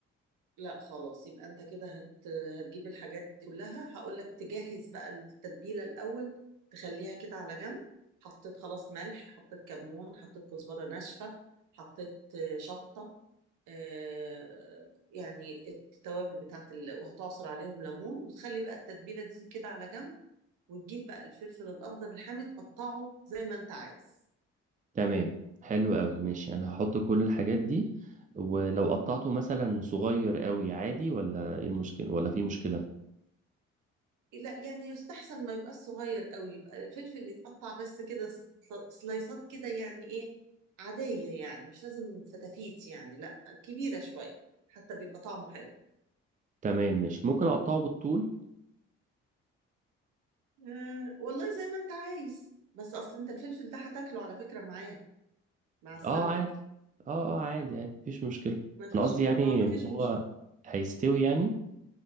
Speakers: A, on the right; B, on the right.
A: لا خلاص يبقى انت كده هت... هتجيب الحاجات دي كلها هقول لك تجهز بقى التتبيله الاول تخليها كده على جنب حطيت خلاص ملح حطيت كمون حطيت كزبره ناشفه حطيت آه، شطه آه، يعني التوابل بتاعت ال... وهتعصر عليهم ليمون وتخلي بقى التتبيله دي كده على جنب وتجيب بقى الفلفل الاخضر الحامي تقطعه زي ما انت عايز
B: تمام حلو قوي ماشي انا هحط كل الحاجات دي ولو قطعته مثلا صغير قوي عادي ولا ايه المشكلة ولا في مشكلة
A: لا يعني يستحسن ما يبقى صغير قوي يبقى الفلفل اللي يتقطع بس كده سل- سلايسات كده يعني ايه عادية يعني مش لازم فتافيت يعني لا كبيرة شوية حتى بيبقى طعمه حلو
B: تمام ماشي ممكن اقطعه بالطول
A: آه والله زي ما انت عايز بس اصل انت الفلفل ده هتاكله على فكرة معاه مع السمك
B: اه عادي اه اه عادي عادي مفيش مشكلة
A: ما فيش
B: انا قصدي يعني
A: اه ما
B: ان
A: فيش
B: هو
A: مشكلة
B: هيستوي يعني